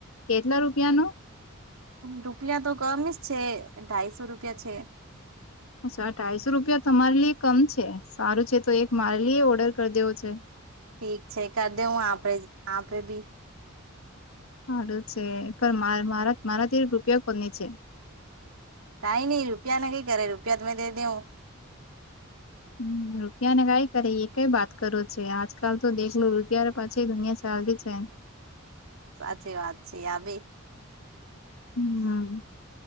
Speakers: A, on the left (about 75°); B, on the right (about 85°).
A: કેટલા રૂપિયા નું.
B: રૂપિયા તો ગમે જ છે ઢાઈસો રૂપિયા છે.
A: અચ્છા અઢાઈસો રૂપિયા તમારી લ કમ છે. સારું છે તો એક મારે લ એ ઓર્ડર કરી દેવો છે.
B: ઠીક છે કર દે હું આે આે ભી.
A: સારું છે પણ મારા મારા તે રૂપિયા કોની છે.
B: કાઈ નહી રૂપિયા ના ન કઈ કરે રૂપિયા તમેમે દે દં.
A: હ રૂપિયા ને કઈ કરે એ કઈ વાત કરો છે આજકાલ તો દેખલું રૂપિયા પાછી દુનિયા ચાલ ર છેને.
B: સાચી વાત છે આવી.
A: હમ્મ.